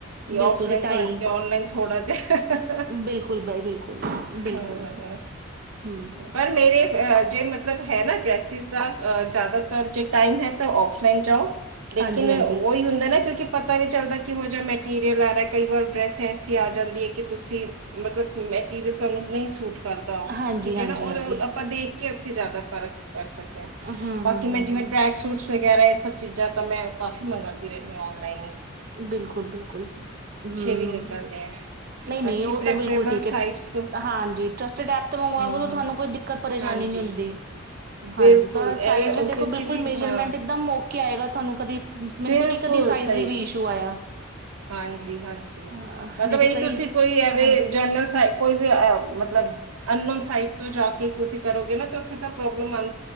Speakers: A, on the right (about 85°); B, on the right (about 45°).
A: ਕਿ
B: ਬਿਲਕੁਲ
A: ਔਫਲਾਈਨ
B: ਜੀ ਢਾਈ
A: ਤੁਹਾਡ ਕੇ ਔਨਲਾਈਨ ਥੋੜਾ ਜਿਹਾ <unintelligible>
B: ਬਿਲਕੁਲ ਬਾਈ ਬਿਲਕੁਲ ਬਿਲਕੁਲ
A: ਹੂੰ <unintelligible>
B: ਹਮ
A: ਪਰ ਮੇਰੇ ਅ ਜੇ ਮਤਲਬ ਹੈ ਨਾ ਡਰੈਸਿਸ ਦਾ ਜ਼ਿਆਦਾਤਰ ਜੇ ਟਾਈਮ ਹੈ ਤਾਂ ਔਫਲਾਈਨ ਜਾਓ ਲੇਕਿਨ
B: ਹਾਂਜੀ ਹਾਂਜੀ
A: ਉਹੀ ਹੁੰਦਾ ਨਾ ਕਿਉਂਕਿ ਪਤਾ ਨਹੀਂ ਚੱਲਦਾ ਕਿਹੋ ਜਿਹਾ ਮੈਟੀਰੀਅਲ ਆ ਰਿਹਾ ਕਈ ਵਾਰ ਡਰੈਸ ਐਸੀ ਆ ਜਾਂਦੀ ਹੈ ਕਿ ਤੁਸੀਂ ਮਤਲਬ ਮੈਟੀਰੀਅਲ ਤੁਹਾਨੂੰ ਨਹੀਂ ਸੂਟ ਕਰਦਾ ਉਹ
B: ਹਾਂਜੀ
A: ਠੀਕ
B: ਹਾਂਜੀ
A: ਹੈ ਨਾ ਉਹ
B: ਹਾਂਜੀ
A: ਆਪਾਂ ਦੇਖ ਕੇ ਉੱਥੇ ਜ਼ਿਆਦਾ ਫਰਕ ਕਰ ਸਕਦੇ ਹਾਂ
B: ਹਮ ਹਮ
A: ਬਾਕੀ
B: ਹਮ
A: ਮੈਂ ਜਿਵੇਂ
B: ਹਮ
A: ਟਰੈਕ ਸੂਟਸ ਵਗੈਰਾ ਇਹ ਸਭ ਚੀਜ਼ਾਂ ਤਾਂ ਮੈਂ ਕਾਫੀ ਮੰਗਉਂਦੀ ਰਹਦੀ ਹਾਂ ਔਨਲਾਈਨ ਈ
B: ਬਿਲਕੁਲ ਬਿਲਕੁਲ ਹਮ
A: ਵੀ ਨਿਕਲਦੇ ਹੈ
B: ਨਹੀਂ ਨਹੀਂ।
A: ਅੱਛੀ
B: ਉਹ ਤਾਂ
A: ਪ੍ਰੈਫਰੇਬਲ
B: ਬਿਲਕੁਲ ਠੀਕ ਹੈ।
A: ਸਾਈਟਸ ਤੋਂ
B: ਹਾਂਜੀ <unintelligible> ਐਪ ਤੇ ਮੰਗਵਾ
A: ਹੂੰ ਹੂੰ
B: ਤੁਹਾਨੂੰ ਕੋਈ ਦਿੱਕਤ ਪਰੇਸ਼ਾਨੀ
A: ਹਾਂਜੀ।
B: ਨੀਂ ਹੁੰਦੀ
A: ਬਿਲਕੁਲ
B: ਹਾਂਜੀ ਤੁਹਾੜਾ
A: ਐਵੇਂ
B: ਸਾਈਜ਼
A: ਉਹ
B: ਵੀ ਦੇਖੋ
A: ਕਿਸੇ
B: ਬਿਲਕੁਲ
A: ਵੀ
B: ਮੇਜਰਮੈਂਟ
A: ਹਾਂ
B: ਇਕਦਮ ਓਕੇ ਆਏਗਾ ਤੁਹਾਨੂੰ ਕਦੀ ਮੈਨੂੰ
A: ਬਿਲਕੁਲ
B: ਤੋਂ ਨੀ ਕਦੀ ਸਾਈਜ਼
A: ਸਹੀ
B: ਦੀ ਵੀ ਇਸ਼ੂ ਆਇਆ
A: ਹਾਂਜੀ ਹਾਂਜੀ
B: ਹਾਂ
A: ਮਤਲਬ
B: ਨਹੀਂ ਤਾਂ
A: ਇਹ
B: ਕਈ
A: ਤੁਸੀਂ ਕੋਈ ਐਵੇ
B: ਹਾਂਜੀ
A: ਜਨਰਲ ਸ ਕੋਈ ਵੀ ਮਤਲਬ ਅਨ ਨੌਨ ਸਾਈਡ ਤੋਂ ਜਾ ਕੇ ਤੁਸੀਂ ਕਰੋਗੇ ਨਾ ਤੇ ਉੱਥੇ ਤਾਂ ਪ੍ਰੋਬਲਮ ਆਉ